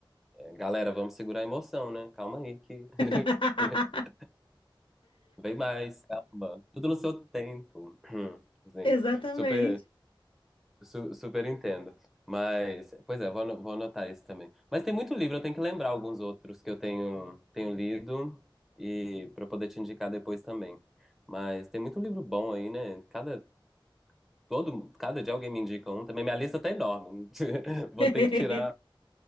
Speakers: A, in the centre; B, on the left (about 80°).
A: É, galera, vamos segurar a emoção, né? Calma aí que <laughs>
B: <laughs>
A: vem mais, calma. Tudo no seu tempo. Hum, assim,
B: Exatamente.
A: super Su- super entendo. Mas, pois é, vou, ano- vou anotar isso também. Mas tem muito livro, eu tenho que lembrar alguns outros que eu tenho, tenho lido e para poder te indicar depois também. Mas tem muito livro bom aí, né? Cada, todo, cada dia alguém me indica um também. Minha lista tá enorme. <laughs> Vou
B: <laughs>
A: ter que tirar.